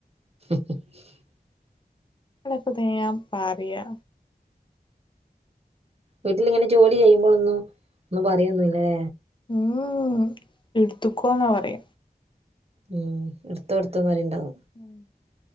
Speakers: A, on the right; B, on the left.
A: <inaudible>
B: ഇടെക്ക ത ഞാൻ പറയാ
A: വീട്ടിലിങ്ങനെ ജോലി ചെയ്യുമ്പോളൊന്നും ഒന്നും പറയൊന്നുംല്ലല്ലേ
B: ഉം എടുത്തക്കോന്നാ പറയ
A: ഉം എടത്തോ എടുത്തോ പറയുണ്ടാവും
B: ഉം